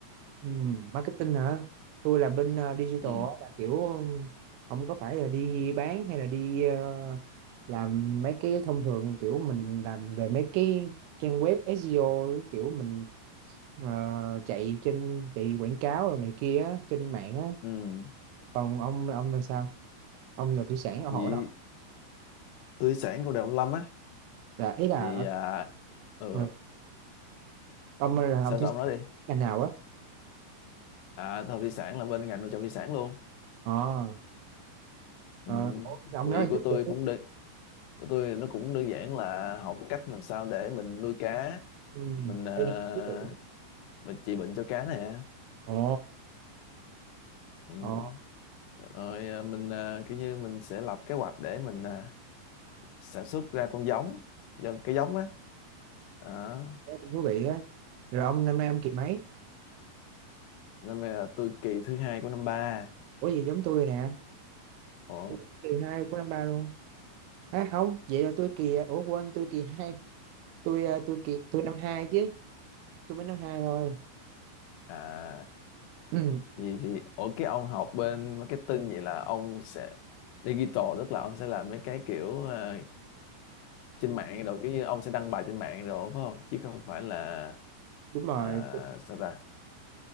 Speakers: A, on the right; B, on the left.
A: ừ, marketing hả tôi là bên ờ, digital
B: Ừ.
A: á, là kiểu ừm, không có phải là đi bán hay là đi ờ, làm mấy cái thông thường kiểu mình làm về mấy cái trang web SEO kiểu mình ờ, chạy trên chạy quảng cáo rồi này kia á, trên mạng á
B: Ừ,
A: còn ông ông là sao ông là thủy sản ở hổ
B: thì
A: đâu
B: tôi sản của Nông Lâm á
A: là ý là
B: thì
A: ờ,
B: à, ừ,
A: ừ, ông là
B: sao
A: ông thủy
B: sao
A: sản
B: ông nói đi.
A: ngành nào á
B: À, tôi học thị sản là bên ngành nuôi trồng thủy sản luôn.
A: ờ
B: Ừ,
A: ờ, ủa, ông
B: thì
A: nói
B: của
A: chút
B: tôi
A: tuổi
B: cũng đơn, của tôi nó cũng đơn giản là học cách làm sao để mình nuôi cá
A: ừ.
B: mình ờ,
A: Hay là chút tuổi.
B: mình trị bệnh cho cá nè
A: ồ
B: ừ.
A: ồ
B: rồi ờ, mình ờ, kiểu như mình sẽ lập kế hoạch để mình ờ, sản xuất ra con giống do cái giống á đó.
A: cái cũng thú vị á rồi ông năm nay ông kỳ mấy
B: năm nay là tôi kỳ thứ hai của năm ba
A: ủa gì giống tôi nè
B: ồ
A: tôi cũng kỳ hai của năm ba luôn à không vậy là tôi kỳ ủa quên tôi kỳ hai tôi ờ, tôi kỳ tôi năm hai chứ tôi mới năm hai thôi
B: à
A: Ừ,
B: gì thì ở cái ông học bên marketing vậy là ông sẽ digital tức là ông sẽ làm mấy cái kiểu ờ, trên mạng rồi kiểu như ông sẽ đăng bài trên mạng rồi phải không chứ không phải là
A: đúng rồi
B: à, sao ta